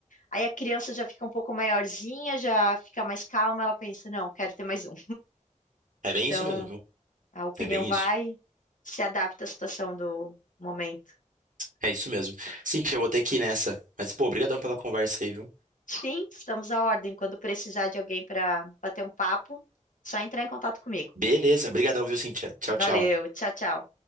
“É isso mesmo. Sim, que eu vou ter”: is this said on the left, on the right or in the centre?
Right